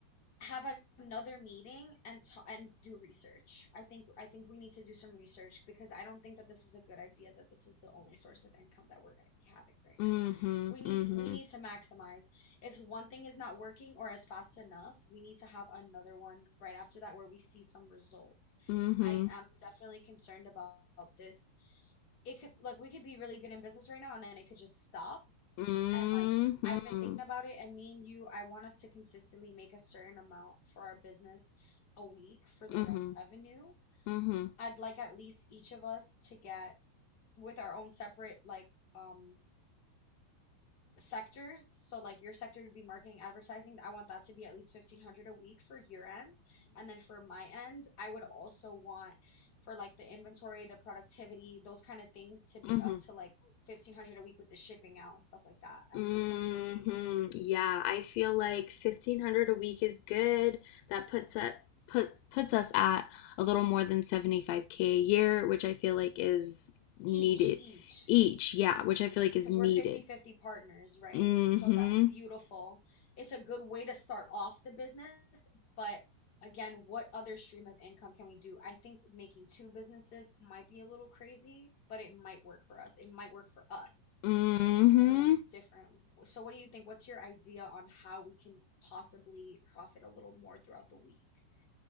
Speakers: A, on the left (about 65°); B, on the left (about 80°).
A: have another meeting and ta and do research. I think I think we need to do some research because I don't think that this is a good idea that this is the only source of income that we're going to be having right
B: Mm-hmm.
A: now. We need
B: Mm-hmm.
A: we need to maximize. If one thing is not working or is fast enough, we need to have another one right after that where we see some results.
B: Mm-hmm.
A: I am definitely concerned about this. It could look, we could be really good in business right now and then it could just stop
B: Mm-hmm.
A: and like
B: Mm-hmm.
A: I've been thinking about it, and me and you, I want us to consistently make a certain amount for our business a week for the
B: Mm-hmm.
A: revenue.
B: Mm-hmm.
A: I'd like at least each of us to get with our own separate like um sectors. So like your sector would be marketing, advertising. I want that to be at least 1500 a week for your end. And then for my end, I would also want for like the inventory, the productivity, those kind of things to be
B: Mm-hmm.
A: up to like 1500 a week with the shipping out and stuff like that and
B: hmm
A: the customer base.
B: Yeah, I feel like 1500 a week is good. That puts us put puts us at a little more than 75k a year, which I feel like is needed
A: Each, each,
B: each. Yeah, which I feel like is
A: because
B: needed.
A: we're fifty-fifty partners, right?
B: Mm-hmm.
A: So that's beautiful. It's a good way to start off the business, but again, what other stream of income can we do? I think making two businesses might be a little crazy, but it might work for us. It might work for us.
B: Mm-hmm.
A: Everyone's different. So what do you think? What's your idea on how we can possibly profit a little more throughout the week?